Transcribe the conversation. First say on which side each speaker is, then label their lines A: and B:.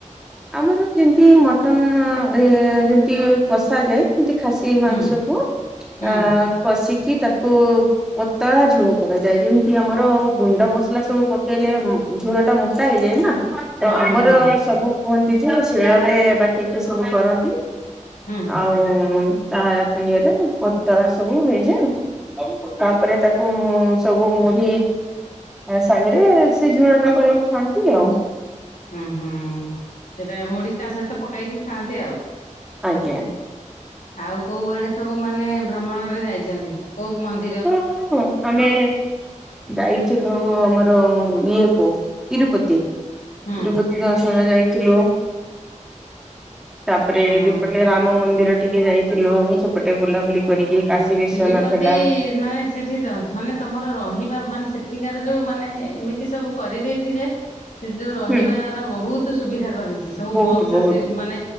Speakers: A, in the centre; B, on the left (about 75°).
A: ଆମର ଯେମିତି ମଟନ ହଏ ଯେମତି କଷା ଯାଏ ଖାସି ମାଂସକୁ
B: ହୁଁ ହୁଁ
A: ଅ କଷିକି ତାକୁ ପତଳା ଝୁଳ କରାଯାଏ ଯେମିତି ଆମର ଗୁଣ୍ଡ ମସଲା ସବୁ ପକେଇଲେ ଝୁଳ ଟା ମୁଟା ହେଇଯାଏ ନା ତ
B: ହୁଁ ହୁଁ
A: ଆମର
B: ହୁଁ ହୁଁ
A: ସବୁ କୁହନ୍ତି ଯେ ଶିଳରେ ବାଟିକି ସବୁ କରନ୍ତି।
B: ହୁଁ
A: ଆଉ ତା <unintelligible> ଇଏରେ ପତଳା ସବୁ ହେଇଯାଏ। ତାପରେ ତାକୁ ସବୁ ମୁଢି ଆ ସାଙ୍ଗରେ ସେ ଝୁଳ ଟା ଗୋଳେଇ ଖାଆନ୍ତି ଆଉ।
B: ହୁଁ ହୁଁ ସେଇଟା ମୁଢି ତା ସହିତ ପକେଇକି ଖାଆନ୍ତି ଆଉ।
A: ଆଜ୍ଞା।
B: ଆଉ କୋଉ ଆଡେ ସବୁ ମାନେ ଭ୍ରମଣରେ ଯାଇଚନ୍ତି କୋଉ ମନ୍ଦ
A: <unintelligible> ଆମେ ଯାଇଥିଲୁ ଆମର ଇଏ କୁ ତିରୁପତି ତିରୁପ
B: ହୁଁ
A: ଦର୍ଶନ ଯାଇଥିଲୁ। ତାପରେ
B: ହୁଁ
A: ଦିପଟେ ରାମ ମନ୍ଦିର ଟିକେ ଯାଇଥିଲୁ ସ ଟେ ବୁଲାବୁଲି
B: ହୁଁ।
A: କରିକି କାଶୀ ବିଶ୍ଵନାଥ
B: ତିରୁପତି
A: <unintelligible>
B: ମାନେ ସେଇଠି ଦ ମାନେ ତୁମର ରହିବା ମାନେ ସେଠିକାର ଯେଉଁ ମାନେ ଏମିତି ସବୁ କରିଦେଇଚି ଯେ ସେ ଯୋଉ ରହିବାର
A: ହୁଁ
B: ବହୁତ ସୁବିଧା କରିଚି ସବୁ
A: ବହୁତ
B: ବକ୍ସ
A: ବହୁତ
B: ସେ ମାନେ